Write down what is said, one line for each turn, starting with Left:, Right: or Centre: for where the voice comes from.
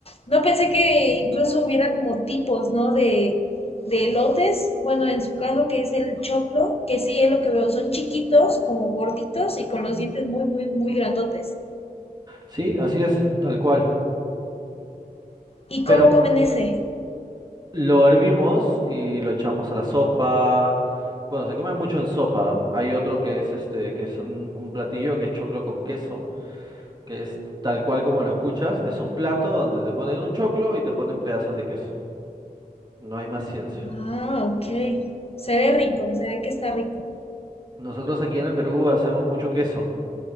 Left: No pensé que incluso hubiera como tipos, ¿no? De, de elotes. Bueno, en su caso que es el choclo, que sí es lo que veo. Son chiquitos, como gorditos y con los dientes muy, muy, muy grandotes.
Right: Sí, así es, tal cual.
Left: ¿Y
Right: Pero
Left: cómo comen ese?
Right: lo hervimos y lo echamos a la sopa. Bueno, se come mucho en sopa. Hay otro que es este, que es un, un platillo que es choclo con queso, que es tal cual como lo escuchas, es un plato donde te ponen un choclo y te ponen pedazos de queso. No hay más ciencia.
Left: Ah, ok. Se ve rico, se ve que está rico.
Right: Nosotros aquí en el Perú hacemos mucho queso.